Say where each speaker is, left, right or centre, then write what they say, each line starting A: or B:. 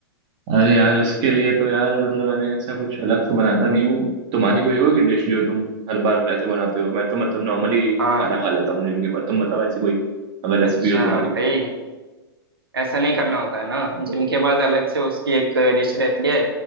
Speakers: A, on the right; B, on the right.
A: अरे यार उसके लिए तो यार मतलब मैंने ऐसा कुछ अलग से बनाता नहीं हूँ तुम्हारी कोई होगी डिश जो तुम हर बार ऐसे बनाते हो मैं तो मतलब नॉर्मली
B: हाँ
A: खाना खा लेता हूँ जिम के बाद तुम बताओ ऐसी कोई अगर रेसिपी
B: अच्छा
A: हो तुम्हारी
B: भाई ऐसा नहीं करना होता है ना जिम के बाद अलग से उसकी एक डिश रहती है